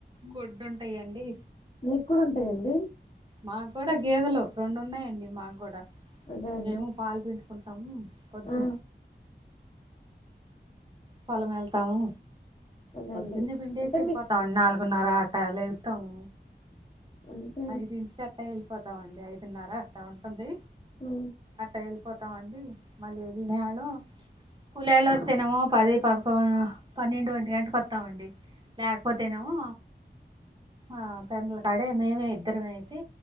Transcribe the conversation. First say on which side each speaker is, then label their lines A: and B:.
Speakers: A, on the right; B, on the left.
A: గొడ్డు ఉంటాయండి
B: మీకు కూడా ఉంటాయండి
A: మాకు కూడా గేదెలో రెండు ఉన్నాయండి మాకు కూడా
B: అదే అండి
A: ఏమో పాలు పిండుకుంటాము పద్దు
B: ఆ,
A: పొలము వెళ్తాము
B: అదే
A: పొద్దున్నే
B: అండి
A: పిండేసి
B: అంటే
A: వెళ్ళిపోతామండి
B: మీకు
A: నాలుగున్నర ఆట త్తను
B: అంటే
A: ఐదు నుంచి అట్టా వెళ్ళిపోతామండి ఐదు విన్నారా అట్టా ఉంటుంది
B: ఆ,
A: అట్ట వెళ్ళిపోతామండి మళ్ళీ వెళ్ళిన వాళ్ళు కులోళ్ళు వస్తేనేమో పది పదకొ పన్నెండు ఒంటి గంటక వస్తామండి లేకపోతేనేమో ఆ పెద్దల కాడే ఇద్దరం అయితే